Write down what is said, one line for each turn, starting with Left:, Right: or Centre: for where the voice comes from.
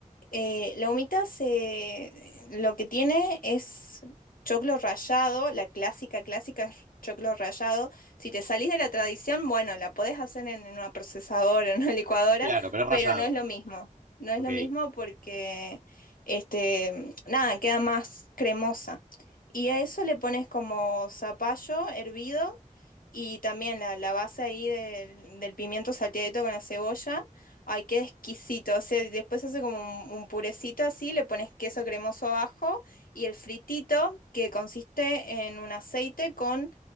Left: Eh, la humita se, lo que tiene es choclo rallado, la clásica, clásica es choclo rallado. Si te salís de la tradición, bueno, la podés hacer en, en una procesadora, <laughs> en una licuadora,
Right: claro, pero es
Left: pero
Right: rallado.
Left: no es lo mismo. No es
Right: Ok,
Left: lo mismo porque, este, nada, queda más cremosa. Y a eso le pones como zapallo hervido y también la, la base ahí del, del pimiento salteadito con la cebolla. Ay, qué exquisito. O sea, y después hace como un, un purecito así, le pones queso cremoso abajo y el fritito que consiste en un aceite con